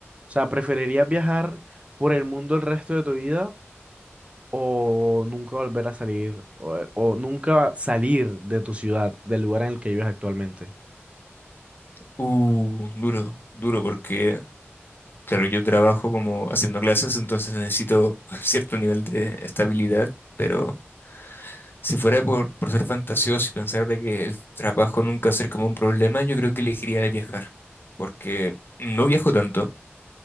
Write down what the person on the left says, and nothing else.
Uh, duro, duro, porque Claro, yo trabajo como haciendo clases, entonces necesito <laughs> cierto nivel de estabilidad, pero si fuera por, por ser fantasioso y pensar de que el trabajo nunca va a ser como un problema, yo creo que elegiría de viajar, porque no viajo tanto,